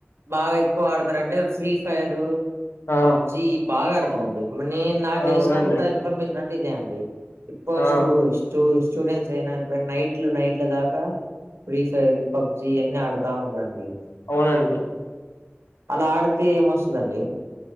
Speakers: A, on the right (about 80°); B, on the left (about 65°).
A: బాగా ఎక్కువ ఆడతారంటే ఫ్రీ ఫైరు
B: ఆ
A: పబ్జి బాగా ఆడుతారండి ని నాకు తెలిసినంత
B: అవునండి
A: ఇన్ఫర్మేషన్ అంటే ఇదే అండి ఇప్పస్ట్
B: ఆ
A: స్ూ స్టూడెంట్స్ అయినా ఇప్పు నైట్లు నైట్లు దాకా ఫ్రీ ఫైర్ పబ్జి అన్నీ ఆడుతా ఉంటరండి
B: అవునండి
A: అలా ఆడితే ఏమొస్తదండి